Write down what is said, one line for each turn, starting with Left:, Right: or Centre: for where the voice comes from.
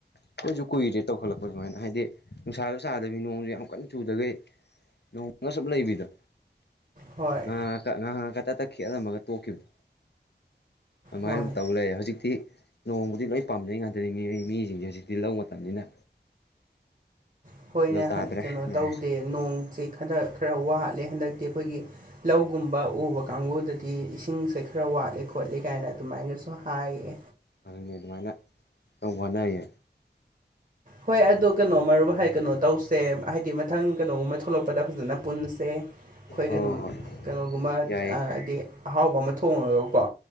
Left: ꯑꯩꯈꯣꯏꯁꯨ ꯀꯨꯏꯔꯦ ꯇꯧꯈꯠꯂꯛꯄ ꯁꯨꯃꯥꯏꯅ ꯍꯥꯏꯗꯤ ꯅꯨꯡꯁꯥꯁꯨ ꯆꯥꯗꯕꯤ ꯅꯣꯡꯁꯨ ꯌꯥꯝ ꯀꯟꯅ ꯆꯨꯗꯈꯩ ꯅꯣꯡ ꯅꯪ ꯁꯞ ꯂꯩꯕꯤꯗꯣ
Right: ꯍꯣꯏ
Left: ꯉꯍ ꯉꯥꯏꯍꯀ ꯇ ꯇꯛꯈꯤ ꯑꯔꯝꯃꯒ ꯇꯣꯛꯈꯤꯕꯗꯣ ꯑꯗꯨꯃꯥꯏꯅ
Right: ꯍꯣꯏ
Left: ꯇꯧ ꯂꯩꯔꯦ ꯍꯧꯖꯤꯛꯇꯤ ꯅꯣꯡꯃꯕꯨꯗꯤ ꯂꯣꯏ ꯄꯥꯝꯅꯩ ꯉꯥꯛꯇꯅꯤ ꯃꯤ ꯃꯤꯁꯤꯡꯁꯦ ꯍꯧꯖꯤꯛꯇꯤ ꯂꯧ ꯃꯇꯝꯅꯤꯅ
Right: ꯑꯩꯈꯣꯏꯅ
Left: ꯑꯗꯣ ꯇꯥꯗ꯭ꯔꯦ
Right: ꯀꯩꯅꯣ
Left: ꯅꯣꯡꯁꯦ
Right: ꯇꯧꯗꯦ ꯅꯣꯡꯁꯦ ꯈꯟꯗ ꯈꯔ ꯋꯥꯠꯂꯦ ꯍꯟꯗꯛꯇꯤ ꯑꯩꯈꯣꯏꯒꯤ ꯂꯧꯒꯨꯝꯕ ꯎꯕ ꯀꯥꯡꯕꯨꯗ ꯗꯤ ꯏꯁꯤꯡꯁꯦ ꯈꯔ ꯋꯥꯠꯂꯤ ꯈꯣꯠꯂꯤ ꯀꯥꯏꯅ ꯑꯗꯨꯃꯥꯏꯅꯁꯨ ꯍꯥꯏꯌꯦ
Left: ꯑꯅꯦ ꯑꯗꯨꯃꯥꯏꯅ ꯇꯧꯕꯧꯕꯅ ꯍꯥꯏꯌꯦ
Right: ꯍꯣꯏ ꯑꯗꯣ ꯀꯩꯅꯣ ꯃꯔꯨꯏ ꯀꯩꯅꯣ ꯇꯧꯁꯦ ꯍꯥꯏꯗꯤ ꯃꯊꯪ ꯀꯩꯅꯣꯒꯨꯝꯕ ꯊꯣꯛꯂꯛꯄ ꯄꯗ ꯐꯖꯅ ꯄꯨꯟꯁꯦ ꯑꯩꯈꯣꯏꯒ
Left: ꯍꯣꯏ
Right: ꯑꯗꯨꯝ
Left: ꯍꯣꯏ
Right: ꯀꯩꯅꯣꯒꯨꯝꯕ
Left: ꯌꯥꯏꯌꯦ
Right: ꯍꯥꯏꯗꯤ ꯑꯍꯥꯎꯕ ꯑꯃ ꯊꯣꯡꯉꯒꯀꯣ